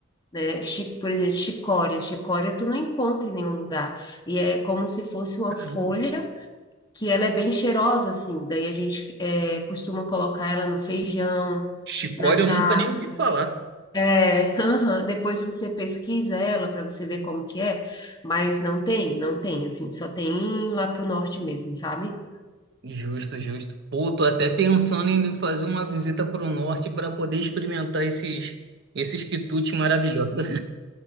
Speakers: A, on the left; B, on the right.
A: né? Chi- Por exemplo, chicória. Chicória tu não encontra em nenhum lugar. E é como se fosse uma
B: Caramba.
A: folha que ela é bem cheirosa, assim. Daí a gente é, costuma colocar ela no feijão,
B: Chicória
A: na carne.
B: eu nunca nem ouvi falar.
A: É, <laughs> aham. Depois você pesquisa ela para você ver como que é, mas não tem, não tem, assim, só tem lá pro norte mesmo, sabe?
B: Justo, justo. Pô, tô até pensando em fazer uma visita pro norte para poder experimentar esses esses quitutes maravilhosos.